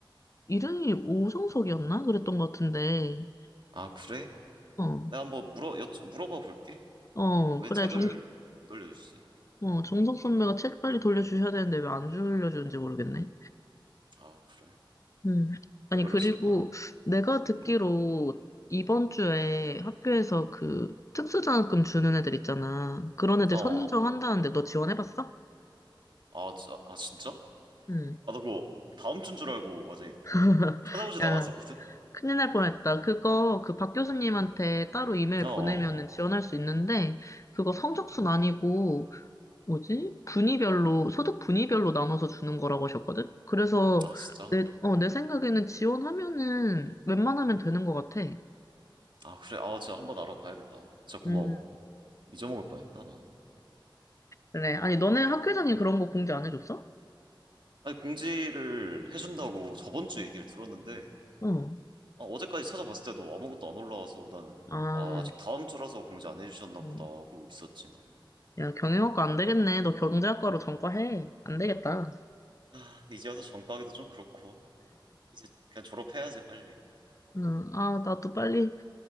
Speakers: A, on the left; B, on the right.
A: 이름이 오성석이었나? 그랬던 것 같은데.
B: 아, 그래?
A: 어,
B: 내가 한번 물어, 여, 물어봐 볼게.
A: 어,
B: 왜
A: 그래.
B: 책을
A: 정,
B: 안 돌려주시지?
A: 어, 정석 선배가 책 빨리 돌려주셔야 되는데 왜 안 돌려주는지 모르겠네.
B: 아, 그래?
A: 음. 아니,
B: 왜 그러신데?
A: 그리고 내가 듣기로
B: 음.
A: 이번 주에 학교에서 그 특수장학금 주는 애들 있잖아. 그런 애들
B: 어.
A: 선정한다는데 너 지원해봤어?
B: 아, 지- 아, 진짜?
A: 응.
B: 아, 나 그거 다음 주인 줄 알고 아직
A: <laughs>
B: 찾아보지도
A: 야,
B: 않았었거든?
A: 큰일 날 뻔했다. 그거 그 박 교수님한테 따로 이메일
B: 어.
A: 보내면은 지원할 수 있는데 그거 성적순
B: 어.
A: 아니고 뭐지? 분위별로, 소득 분위별로 나눠서 주는 거라고 하셨거든? 그래서
B: 아, 진짜?
A: 내, 어, 내 생각에는 지원하면은 웬만하면 되는 것 같아.
B: 아, 그래? 아, 진짜 한번 알아봐야겠다. 진짜 고마워.
A: 음,
B: 잊어먹을 뻔했다, 난.
A: 그래. 아니, 너네 학교장이 그런 거 공지 안 해줬어?
B: 아니, 공지를 해준다고 저번 주 얘기를 들었는데,
A: 어.
B: 아, 어제까지 찾아봤을 때도 아무것도 안 올라와서 나는,
A: 아,
B: 아, 아직 다음 주라서 공지 안 해주셨나
A: 음.
B: 보다 하고 있었지, 난.
A: 야, 경영학과 안 되겠네. 너 경제학과로 전과해. 안 되겠다.
B: 아, 근데 이제 와서 전과하기도 좀 그렇고, 이제 그냥 졸업해야지, 빨리.
A: 응 아, 나도 빨리